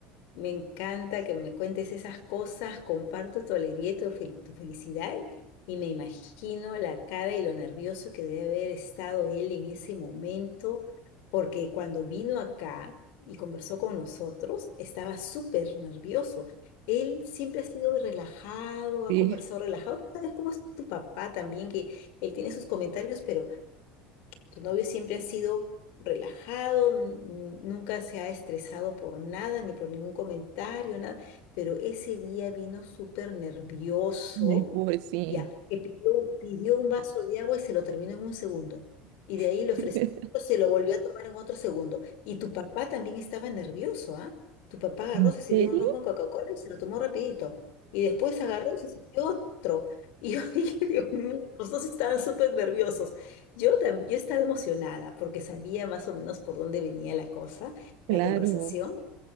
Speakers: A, on the left; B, on the right.
A: Me encanta que me cuentes esas cosas, comparto tu alegría y tu, fel- tu felicidad y me imagino la cara y lo nervioso que debe haber estado él en ese momento, porque cuando vino acá y conversó con nosotros, estaba súper nervioso. Él siempre ha sido relajado, ha
B: Sí,
A: conversado relajado. Tú sabes cómo es tu papá también, que él tiene sus comentarios, pero tu novio siempre ha sido relajado, n- nunca se ha estresado por nada, ni por ningún comentario, nada, pero ese día vino súper nervioso,
B: Ay, pobrecito.
A: ya, que pidió, pidió un vaso de agua y se lo terminó en un segundo. Y de ahí
B: <laughs>
A: le ofreció otro, se lo volvió a tomar en otro segundo. Y tu papá también estaba nervioso, ¿ah? Tu papá agarró,
B: ¿En
A: se sirvió
B: serio?
A: un ron con Coca-Cola y se lo tomó rapidito. Y después agarró y se sirvió otro. Y yo <laughs> dije, Dios mío, los dos estaban súper nerviosos. Yo, tam- yo estaba emocionada porque sabía más o menos por dónde venía la cosa,
B: Claro.
A: la conversación.